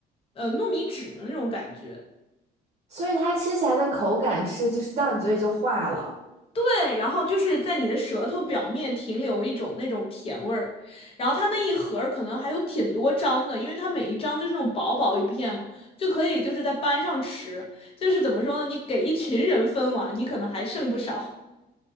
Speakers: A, on the left; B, on the right.
A: 呃糯米纸的那种感觉。
B: 所以它吃起来的口感是，就是到你嘴里就化了。
A: 对，然后就是在你的舌头表面停留一种那种甜味儿，然后它那一盒儿可能还有挺多张的，因为它每一张就是那种薄薄一片嘛，就可以就是在班上吃，就是怎么说呢，你给一群人分完，你可能还剩不少。